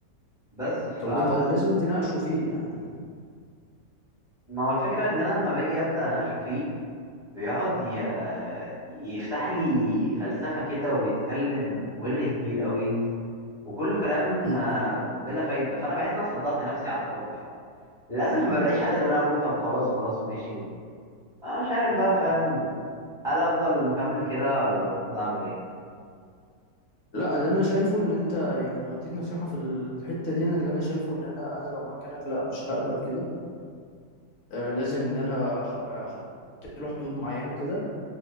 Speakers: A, in the centre; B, on the left (about 65°).
A: بس ف
B: طب يبقى لازم تناقشه فيه يعني
A: ما هو الفكرة ان انا لما باجي ابدا اناقشه فيه بيقعد ي... يفتح لي فلسفة كده ويتكلم ويرغي كتير قوي وكله كلام
B: مم.
A: آه، بلا فايدة فانا بحس ان انا صدعت نفسي على الفاضي ف للاسف ما بلاقيش حل غير ان انا اقول طب خلاص خلاص ماشي و... انا مش عارف بقى فاهم هل افضل مكمل كده ولا المفروض اعمل ايه
B: لا اللي انا شايفه ان انت يعني لو هديك نصيحة في الحتة دي انا اللي انا شايفه ان انا انا لو مكانك لا مش هقبل كده آه، لازم ان انا أح- احط له حدود معينه كده